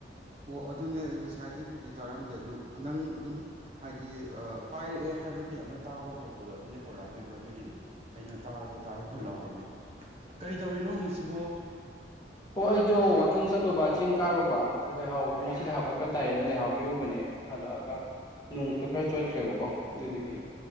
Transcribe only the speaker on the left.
ꯑꯣ ꯑꯩꯗꯣ ꯋꯥꯛꯀꯤꯡ ꯆꯠꯂꯨꯕ ꯆꯤꯡ ꯀꯥꯔꯨꯕ ꯂꯩꯍꯥꯎꯗꯣ ꯉꯁꯤ ꯂꯩꯍꯥꯎ ꯀꯣꯠꯄ ꯇꯥꯏꯌꯦꯅ ꯂꯩꯍꯥꯎ ꯍꯦꯛꯎꯕꯅꯦ ꯍꯜꯂꯛꯑꯒ ꯅꯣꯡꯁꯨ ꯈꯔ ꯆꯣꯠꯈ꯭ꯔꯦꯕꯀꯣ ꯑꯗꯨꯗꯨꯒꯤ